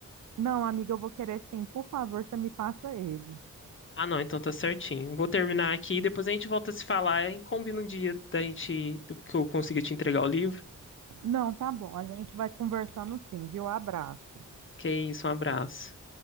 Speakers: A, on the right (about 70°); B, on the left (about 40°).
A: Não, amiga, eu vou querer sim. Por favor, você me passa ele.
B: Ah, não, então tá certinho. Vou terminar aqui e depois a gente volta a se falar e combina um dia da gente, que eu consiga te entregar o livro.
A: Não, tá bom. A gente vai conversando sim, viu? Abraço.
B: Que é isso, um abraço.